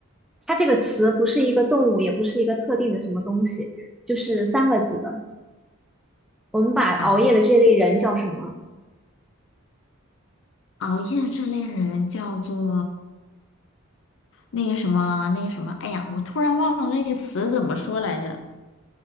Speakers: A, in the centre; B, on the left (about 60°).
A: 它这个词不是一个动物，也不是一个特定的什么东西，就是三个字的。我们把熬夜的这类人叫什么？
B: 啊，熬夜这类人叫做那个什么那个什么，哎呀，我突然忘了那个词怎么说来着，